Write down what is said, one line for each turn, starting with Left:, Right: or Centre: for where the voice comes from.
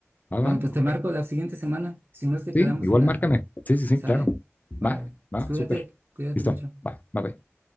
Left: ¿Va, va?
Right: Bueno, pues te
Left: Ok.
Right: marco la siguiente semana. Si no es que
Left: Sí,
Right: quedamos
Left: igual
Right: en la...
Left: márcame. Sí, sí, sí,
Right: ¿Sale?
Left: claro. Va,
Right: Órale. Pues
Left: va,
Right: cuídate,
Left: súper.
Right: cuídate
Left: Listo.
Right: mucho.
Left: Va, va, va.